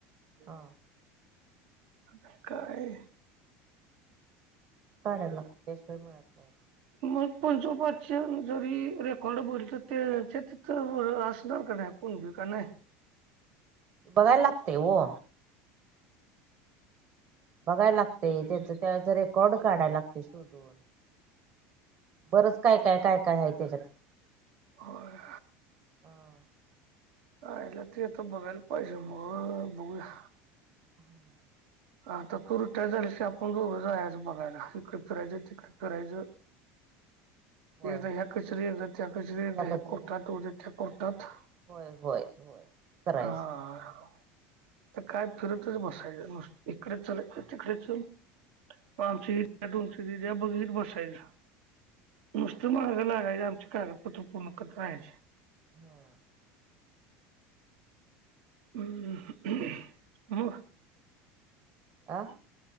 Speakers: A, on the right; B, on the right.
A: हा
B: आता काय,
A: काढाय लाग त्याशिवाय मिळत नाही.
B: मग पजोबाच्या जरी रेकॉर्ड बोलत्यात ते तर त्याच्या तिथं असणार का नाही? पणजं का नाही
A: बघाय लागतंय हो. बघाय लागतंय, त्येचं त्याचा रेकॉर्ड काढाय लागतय शोधून. बरंच काय, काय, काय, काय हाय तेच्यात,
B: व्हय.
A: हां
B: आयला ते तर बघायला पाहिजे मग, बघूया.
A: हम्म
B: आ तुरट्या झाल्याशी आपण दोघं जायाचं बघायला, इकडे फिरायचं, तिकडं फिरायचं.
A: होय
B: एकदा ह्या कचेरीत, एकदा त्या कचेरीत, एकदा
A: त्या
B: ह्या
A: कचेरीत
B: खोकटात, उद्या त्या खोकटात,
A: होय होय होय करायच.
B: हां.. तर काय फिरतच बसायच नुसतं इकडे चल, तिकडं चल आमची हीट, तुमचीट या बघीत बसायच. नुसतं मागं लागायचं आमची कागदपत्र पूर्ण करत राहायची.
A: हा
B: <unintelligible> मग
A: आं